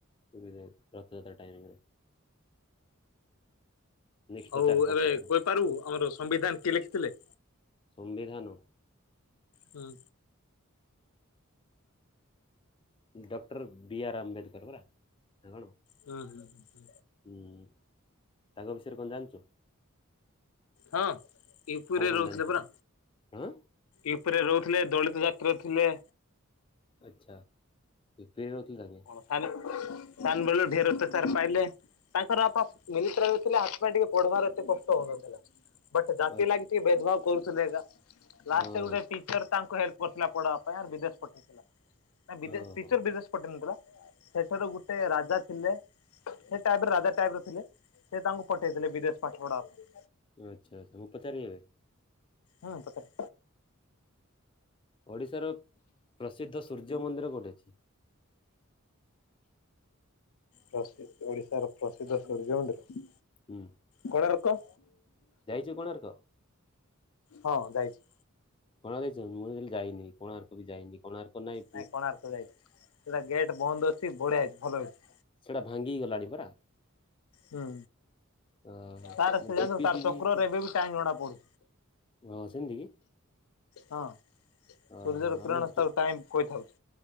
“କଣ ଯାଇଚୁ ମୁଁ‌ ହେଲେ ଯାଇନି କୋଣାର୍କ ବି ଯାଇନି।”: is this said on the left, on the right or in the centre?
Left